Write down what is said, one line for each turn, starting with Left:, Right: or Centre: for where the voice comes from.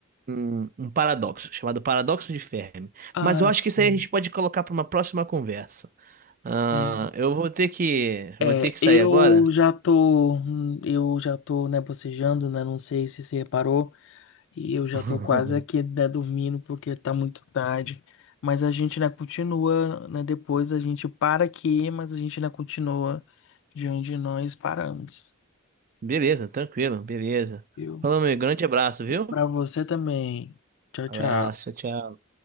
Right: um, um paradoxo, chamado paradoxo de Fermi.
Left: Ah,
Right: Mas eu acho
Left: sim.
Right: que isso aí a gente pode colocar para uma próxima conversa. Ah,
Left: É,
Right: eu vou ter que,
Left: é,
Right: eu vou ter que sair
Left: eu
Right: agora.
Left: já tô, hum, eu já tô, né, bocejando, né? Não sei se você reparou. E eu já
Right: <laughs>
Left: tô quase aqui né, dormindo porque tá muito tarde. Mas a gente ainda continua, né? Depois a gente para aqui, mas a gente ainda continua de onde nós paramos,
Right: Beleza, tranquilo, beleza.
Left: viu?
Right: Falou, meu grande abraço, viu?
Left: Pra você também. Tchau,
Right: Abraço,
Left: tchau.
Right: tchau.